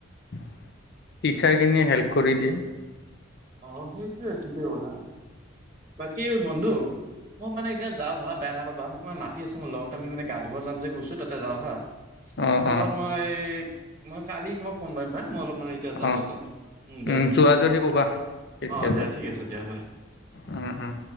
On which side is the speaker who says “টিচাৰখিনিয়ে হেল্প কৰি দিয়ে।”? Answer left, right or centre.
Left